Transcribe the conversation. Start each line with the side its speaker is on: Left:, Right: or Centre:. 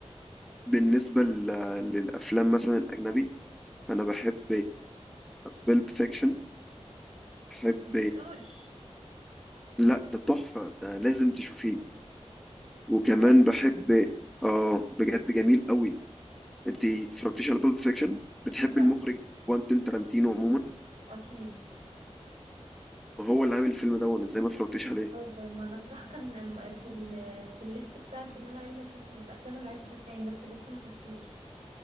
Centre: بالنسبة لل- للافلام مثلا الاجنبي فانا بحب بيلب فيكشن بحب
Right: ما شفتوش
Centre: لا ده تحفة ده لازم تشوفيه وكمان
Right: بجد
Centre: بحب اه بجد جميل قوي انت اتفرجتيش على بيلب فيكشن بتحب
Right: لا
Centre: المخرج كوانتين تارانتينو عموما
Right: اكيد
Centre: ما هو اللي عامل الفيلم ده وانا ازاي ما اتفرجتش عليه
Right: هوفر ما انا صراحة كان م- في ال في الليست بتاعتي اللي انا عايزة اشوف من الافلام اللي عايزة اشوفها يعني بس لسه ما شفتوش